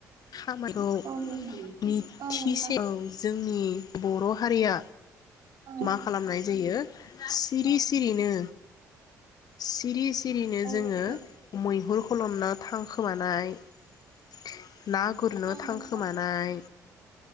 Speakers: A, on the left; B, on the right.
A: खामानिखौ
B: औ नोंथां
A: मिथिसेआव
B: औ नोंथां
A: जोंनि बर' हारिया
B: औ
A: मा खालामनाय जायो सिरि सिरि नो सिरि सिरिनो
B: औ
A: जोङो
B: नोंथां
A: मैहुर खुलुमना थांखोमानाय <inaudible> ना गुरनो
B: औ नोंथां
A: थांखोमानाय